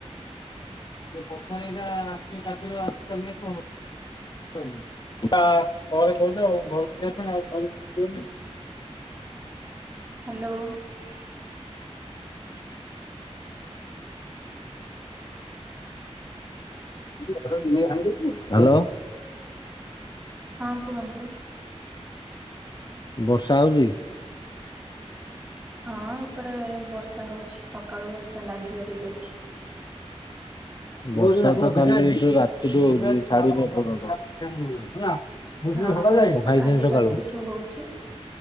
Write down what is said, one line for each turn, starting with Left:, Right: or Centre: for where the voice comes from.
Left: <inaudible> <inaudible>
Right: ହାଲୋ।
Left: <inaudible> <inaudible> ହାଲୋ।
Right: ହଁ କୁହନ୍ତୁ?
Left: ବର୍ଷା ହଉଚି?
Right: ହଁ ଏପଟେ ବର୍ଷା ହଉଚି। ସକାଳୁ ବର୍ଷା ଲାଗିିକରି ରହିଚି।
Left: ବର୍ଷା ତ କାଲି ଏଠୁ ରାତିଠୁ ହଉଚି ଛାଡିନି ଏପର୍ଯ୍ୟନ୍ତ। କଣ
Right: ହଁ ବର୍ଷା
Left: ଖାଇଥିଲେ
Right: କାଲି
Left: ସକାଳୁ?
Right: ରାତିଠୁ ହଉଛି।